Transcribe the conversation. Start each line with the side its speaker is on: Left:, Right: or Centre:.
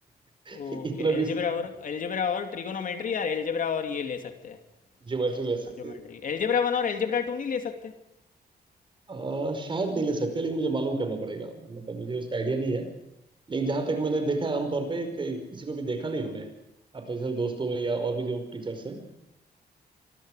Right: <laughs>
Left: ओके
Right: इतना
Left: अलजेब्रा
Right: भी
Left: और अलजेब्रा और ट्रिगोनोमेट्री यार अलजेब्रा और ये ले सकते हैं
Right: ज्योमेट्री ले सकते
Left: हाँ ज्योमेट्री
Right: हैं
Left: अलजेब्रा वन और अलजेब्रा टू नहीं ले सकते
Right: आ, शायद नहीं ले सकते लेकिन मुझे मालूम करना पड़ेगा मतलब मुझे उसका आइडिया नहीं है लेकिन जहां तक
Left: ओके
Right: मैंने देखा है आमतौर पे कि किसी को भी देखा नहीं हूं मैं अपने जैसे दोस्तों में या और भी जो टीचर्स हैं